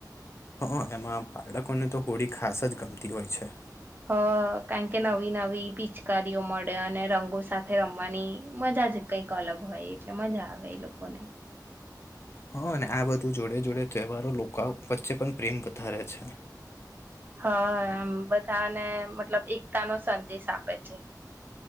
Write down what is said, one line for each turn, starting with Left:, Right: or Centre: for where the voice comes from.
Left: હ એમાં બાળકોને તો હોડી ખાસ જ ગમતી હોય છે
Right: હ કારણ કે નવી નવી પિચકારીઓ મળે અને રંગો સાથે રમવાની મજા જ કઈક અલગ હોય એટલે મજા આવે એ લોકોને
Left: હા અને આ બધું જોડે જોડે તહેવારો લોકો વચ્ચે પણ પ્રેમ વધારે છે.
Right: હા આમ બધાને મતલબ એકતા નો સંદેશ આપે છે.